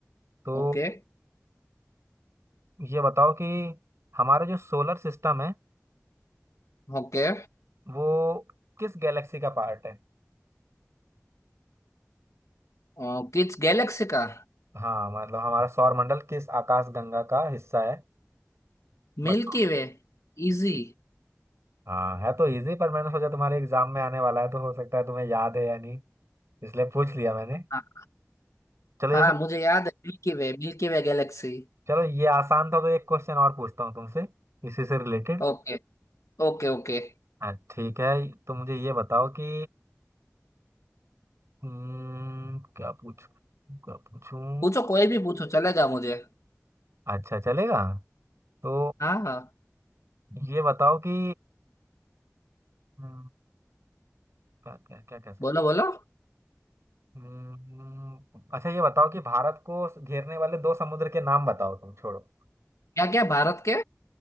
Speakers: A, on the right; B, on the left.
A: तो
B: ओके
A: ये बताओ कि हमारा जो सोलर सिस्टम है
B: ओके
A: वो किस गैलेक्सी का पार्ट है
B: अ, किस गैलेक्सी का
A: हाँ मतलब हमारा सौरमंडल किस आकाश गंगा का हिस्सा है बताओ
B: Milky way इजी
A: हाँ है तो इजी पर मैंने सोचा तुम्हारे एग्जाम में आने वाला है तो हो सकता है तुम्हें याद है या नहीं इसलिए पूछ लिया मैंने
B: हाँ
A: चलो
B: हाँ,
A: इसी
B: मुझे याद है milky way milky way galaxy
A: चलो ये आसान था तो एक क्वेश्चन और पूछता हूँ तुमसे इसी से रिलेटेड
B: Okay okay okay अ,
A: हाँ ठीक है तो मुझे ये बताओ कि हम्म, क्या पूछ क्या पूछूं
B: पूछो कोई भी पूछो चलेगा मुझे
A: अच्छा चलेगा तो
B: हाँ हाँ
A: ये बताओ कि हम्म, क्या क्या क्या कह सकते हैं?
B: बोलो बोलो
A: हम्म, अच्छा ये बताओ कि भारत को घेरने वाले दो समुद्र के नाम बताओ तुम छोड़ो
B: क्या क्या भारत के